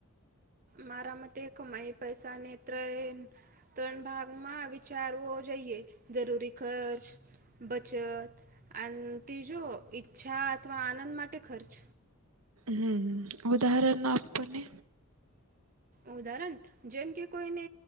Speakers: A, on the right; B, on the right.
A: મારા મતે કમાય પૈસા નેત્ર એ ત્રણ ભાગમાં વિચારવો જોઈએ. જરૂરી ખર્ચ બચત અન તીજો ઈચ્છા અથવા આનંદ માટે ખર્ચ.
B: હમ્મ-હમ્મ. ઉદાહરણ આપોને.
A: ઉદાહરણ? જેમ કે કોઈને